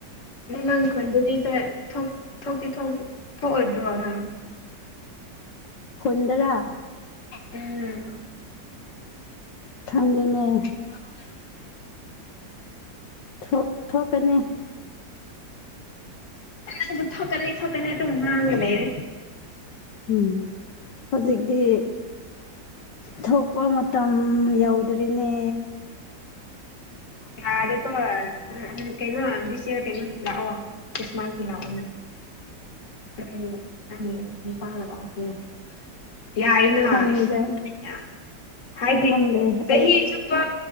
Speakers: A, on the left; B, on the left.
A: <unintelligible> ꯊꯣꯛ ꯊꯣꯛꯇꯤ ꯊꯣꯛ ꯊꯣꯛꯑꯣꯢꯗ꯭ꯔꯣ ꯅꯪ
B: ꯈꯨꯟꯗꯔꯥ
A: ꯎꯝ
B: ꯈꯪꯗꯦꯅꯦ
A: <inaudible>
B: ꯊꯣꯛ ꯊꯣꯛꯀꯥꯅꯤ
A: <inaudible> ꯊꯣꯛꯀꯅꯤ ꯊꯣꯛꯀꯅꯤ ꯑꯗꯨꯝ ꯉꯥꯡꯉꯥꯂꯩ
B: ꯎꯝ ꯍꯧꯖꯤꯛꯇꯤ ꯊꯣꯛꯄꯥ ꯃꯇꯝ ꯌꯧꯗ꯭ꯔꯤꯅꯦ
A: ꯌꯥꯔꯦꯀꯣ ꯀꯩꯅꯣ ꯗꯤꯁ ꯌꯔ ꯀꯩꯅꯣ ꯂꯥꯛꯑꯣ ꯈꯤꯁꯃꯥꯁꯀꯤ ꯂꯥꯛꯑꯣꯅꯦ ꯎꯝ ꯎꯝ <unintelligible> <inaudible> ꯌꯥꯏꯅ
B: ꯈꯟꯖ
A: ꯢꯁ ꯍꯥꯏꯗꯤ
B: ꯈꯪꯗꯦ
A: ꯆꯍꯤ
B: ꯑꯩ
A: ꯆꯨꯞ ꯄꯥ